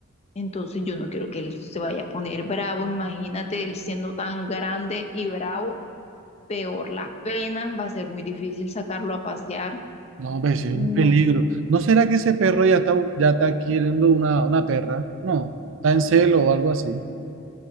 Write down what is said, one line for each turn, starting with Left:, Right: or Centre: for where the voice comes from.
Left: Entonces yo no quiero que él se vaya a poner bravo. Imagínate él siendo tan grande y bravo, peor la pena, va a ser muy difícil sacarlo a pasear.
Right: No, pues es
Left: No.
Right: un peligro. ¿No será que ese perro ya está, bu- ya está queriendo una, una perra? No, está en celo o algo así.